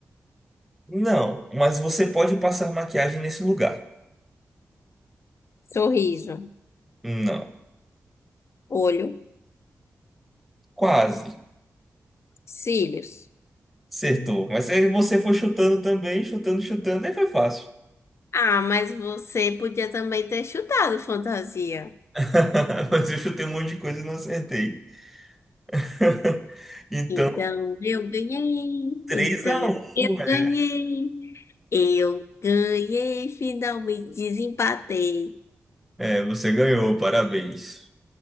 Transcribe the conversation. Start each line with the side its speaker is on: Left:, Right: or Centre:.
Centre: não, mas você pode passar maquiagem nesse lugar.
Left: sorriso,
Centre: Não.
Left: olho,
Centre: Quase.
Left: cílios.
Centre: Acertou. Mas aí você foi chutando também, chutando, chutando, aí foi fácil.
Left: Ah, mas você podia também ter chutado fantasia.
Centre: <laughs> Mas eu chutei um monte de coisa e não acertei. <laughs> Então,
Left: Então eu ganhei.
Centre: três
Left: Então
Centre: a um.
Left: eu
Centre: né?
Left: ganhei. Eu ganhei. Finalmente desempatei.
Centre: É, você ganhou, parabéns.